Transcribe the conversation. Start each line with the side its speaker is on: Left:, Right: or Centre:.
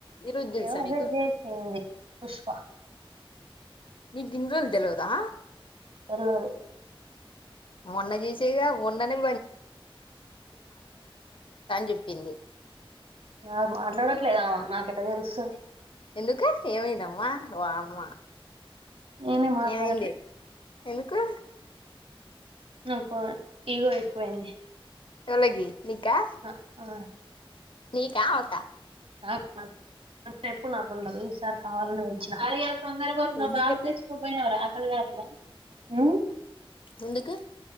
Left: ఈరోజు తెలుసా
Right: ఈ రోజు
Left: నీకు
Right: మెసేజ్ చేసింది పుష్ప
Left: నీక్ గింరోజులు తెల్వదా
Right: తెల్వదు
Left: మొన్న చేసేగా ఉొన్ననే చెప్పింది
Right: నా మాట్లాడట్లేదామా నాకెట్ట తెలుస్తది
Left: ఎందుకె ఏమైందమ్మా వాఅమ్మా
Right: నేనే మాట్లాడట్లే
Left: ఏమైంది ఎందుకు
Right: నాకు ఇగో ఎక్కువైంది
Left: ఎలాగి నీకా
Right: నా- ఆ,
Left: నీకా అమక
Right: నాక్ నాకు ఎప్పుడు నాకు ఉండదు ఈసారి కావాలని పెంచిన అరే తొందరగా వచ్చినావ్
Left: ఎందుకట్లా
Right: బాగా తెచ్చుకోక పోయనవ్ రా అడగాలా హు
Left: ముందుకు
Right: <unintelligible>